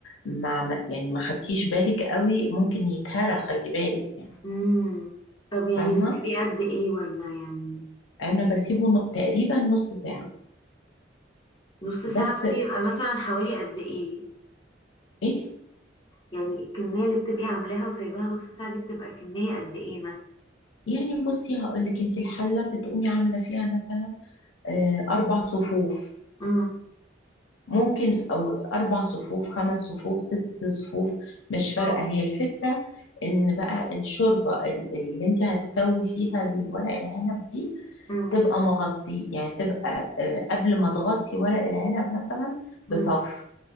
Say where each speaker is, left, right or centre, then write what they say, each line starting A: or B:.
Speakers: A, on the left; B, on the left.
A: ما ما- يعني ما خدتيش بالك قوي ممكن يتهرى خلي بالك يعني
B: امم طب يعني
A: فاهمه
B: بتسيبيه قد ايه ولا يعني
A: انا بسيبه ن- تقريبا نص ساعه
B: نص ساعه
A: بس
B: ده بيبقى مثلا حوالي قد ايه
A: ايه
B: يعني الكميه اللي بتبقي عاملاها وسايباها نص ساعه دي بتبقى كميه قد ايه مثلا
A: يعني بصي هقول لك انت الحله بتقومي عامله فيها مثلا آه، اربع صفوف
B: امم
A: ممكن او اربع صفوف خمس صفوف ست صفوف مش فارقه
B: اه
A: هي الفكره ان بقى الشوربه ال- اللي انت هتسوي فيها الورق العنب دي
B: امم
A: تبقى مغطي يعني تبقى آه، قبل ما تغطي ورق العنب مثلا بصف
B: امم